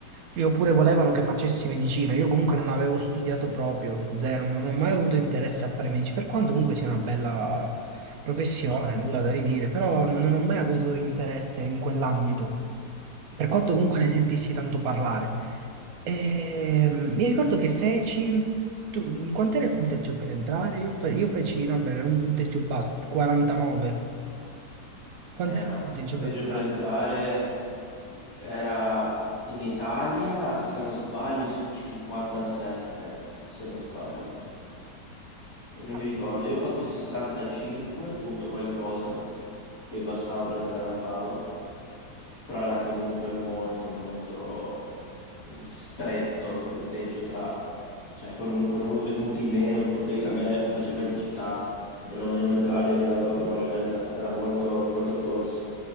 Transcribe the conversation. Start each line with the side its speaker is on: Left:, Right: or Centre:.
Right: io pure volevano che facessi medicina, io comunque non avevo studiato proprio, zero, non ho mai avuto interesse a fare medici, per quanto comunque sia una bella Professione, nulla da ridire, però non ho mai avuto interesse in quell'ambito, per quanto comunque ne sentissi tanto parlare. E, mm, mi ricordo che feci, tu, quant'era il punteggio per entrare? Io, fe- io feci, no, beh, un punteggio basso, 49. Quant'era
Left: Eh no,
Right: il punteggio
Left: il punteggio
Right: per entrare?
Left: per entrare era in Italia, se non sbaglio, su 57, se non sbaglio. E non
Right: Ah,
Left: mi
Right: come?
Left: ricordo, io ho fatto 65 punto qualcosa, che bastava per entrare a Padova, però era comunque molto molto mm, stretto il punteggio tra, cioè con, un- con uno o due punti in meno potevi cambiare facilmente città e non, non entrare nella tua prima scelta, era molto molto close.